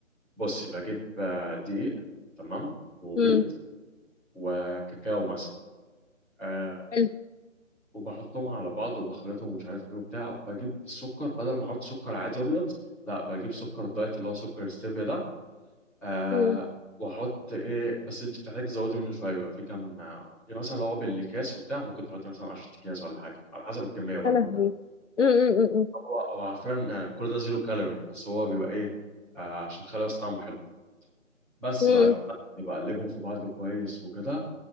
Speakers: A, in the centre; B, on the left.
A: بصي بجيب آه، دقيق تمام وبيض
B: مم.
A: وكاكاو مثلا آه
B: حلو
A: وبحطهم على بعض وبخلطهم ومش عارف ايه وبتاع بجيب السكر بدل ما احط سكر عادي ابيض لا بجيب سكر دايت اللي هو سكر ستيفيا ده آه
B: مم.
A: واحط ايه بس انت بتحتاج تزودي منه شويه بيبقى في كام آه، يعني مثلا لو هو بالاكياس وبتاع ممكن تحطي مثلا 10 اكياس ولا حاجه على حسب الكميه برضو
B: يا لهوي
A: كده
B: م- م- م-
A: هو هو حرفيا يعني كل ده زيرو كالوري بس هو بيبقى ايه آه عشان تخلي بس طعمه حلو بس
B: م.
A: بعد كده
B: م.
A: بقلبهم في بعض كويس وكده